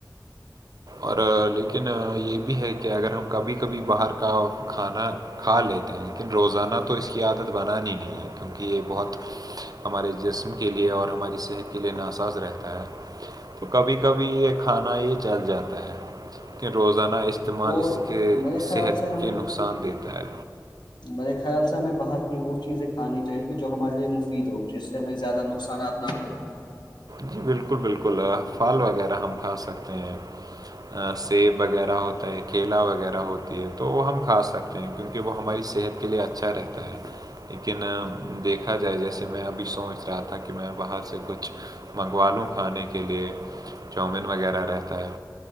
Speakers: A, on the right; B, on the left.
A: اور لیکن یہ بھی ہے کہ اگر ہم کبھی کبھی باہر کا کھانا کھا لیتے ہیں لیکن روزانہ تو اس کی عادت بنانی نہیں ہے کیونکہ یہ بہت ہمارے جسم کے لیے اور ہماری صحت کے لیے ناساز رہتا ہے تو کبھی کبھی یہ کھانا یہ چل جاتا ہے کہن روزانہ اس استعمال
B: اور
A: اس کے
B: میرے خیال
A: صحت
B: سے ہمیں
A: کے نقصان دیتا ہے
B: میرے خیال سے ہمیں باہر کی وہ چیزیں کھانی چاہیے کہ جو ہمارے لیے مفید ہو جس یں زیادہ نقصانات نہ ہو
A: جی بالکل بالکل پھل وغیرہ ہم کھا سکتے ہیں سیب وغیرہ ہوتا ہے کیلا وغیرہ ہوتی ہے تو وہ ہم کھا سکتے کیونکہ وہ ہماری صحت کے لیے اچھا رہتا ہے لیکن دیکھا جائے جیسے میں ابھی سوچ رہا تھا کہ میں باہر سے کچھ منگوا لوں کھانے کے لیے چؤومن وغیرہ رہتا ہے